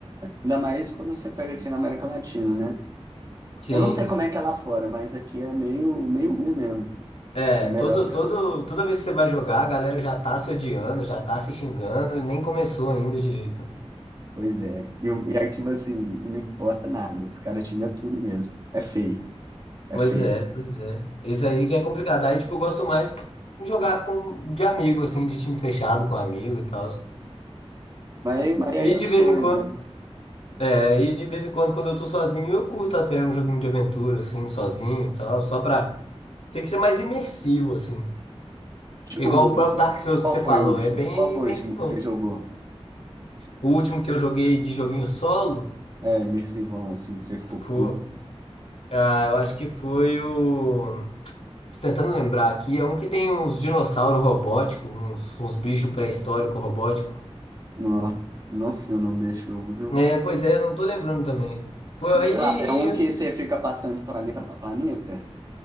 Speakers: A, on the right (about 35°); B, on the left (about 70°).
A: Ainda mais quando você pega aqui na América Latina, né?
B: Sim.
A: Eu não sei como é que é lá fora, mas aqui é meio, meio ruim mesmo.
B: É,
A: É melhor
B: todo,
A: você
B: todo, toda vez que você vai jogar, a galera já tá se odiando, já tá se xingando e nem começou ainda direito.
A: Pois é. E, o- e aí, tipo assim, não importa nada. Os caras xingam tudo mesmo. É feio. É
B: Pois
A: feio.
B: é, pois é. Isso aí que é complicado. Aí, tipo, eu gosto mais de jogar com, de amigo, assim, de time fechado, com amigo e tal.
A: Mas, mas aí
B: E
A: é
B: de
A: o sonho
B: vez em quando.
A: mesmo.
B: Aí de vez em quando, quando eu tô sozinho, eu curto até um joguinho de aventura, assim, sozinho e tal, só pra. Tem que ser mais imersivo, assim.
A: Tipo,
B: Igual o próprio Dark Souls
A: qual
B: que você
A: foi
B: falou,
A: o último?
B: é bem
A: Qual foi
B: imersivão.
A: o último que você jogou?
B: O último que eu joguei de joguinho solo
A: É, imersivão, assim, que você ficou
B: foi.
A: puro.
B: Ah, eu acho que foi o. Tô tentando lembrar aqui, é um que tem uns dinossauros robóticos, uns, uns bichos pré-históricos robóticos.
A: Não, eu não sei o nome desse jogo, viu?
B: É, pois é, eu não tô lembrando também. Foi
A: Mas
B: aí,
A: sei lá, é um
B: e antes
A: que você fica passando de planeta pra planeta?